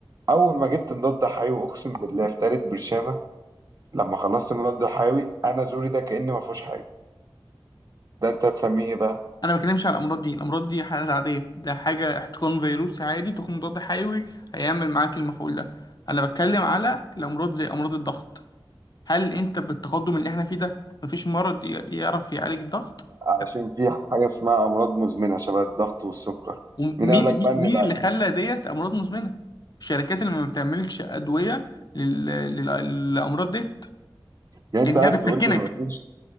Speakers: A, on the right; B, on the left.
A: اول ما جبت مضاد حيوي اقسم بالله في تالت برشامه لما خلصت المضاد الحيوي انا زوري ده كأن ما فيهوش حاجه ده انت هتسميه ايه بقى
B: انا ما بتكلمش على الامراض دي الامراض دي حالات عاديه ده حاجه احتقان فيروسي عادي تاخد مضاد حيوي هيعمل معاك المفعول ده انا بتكلم على الامراض زي امراض الضغط هل انت بالتقدم اللي احنا فيه ده مفيش مرض ي- يعرف يعالج الضغط لا.
A: عشان في حاجه اسمها امراض مزمنه شبه الضغط والسكر
B: ومين
A: مين قال لك بقى ان
B: مين
A: الع-
B: اللي خلى ديت امراض مزمنه الشركات اللي ما بتعملش ادويه لل... لل... للامراض ديت
A: يعني
B: لانها
A: انت عايز
B: بتسكنك
A: تقول لي ما فيش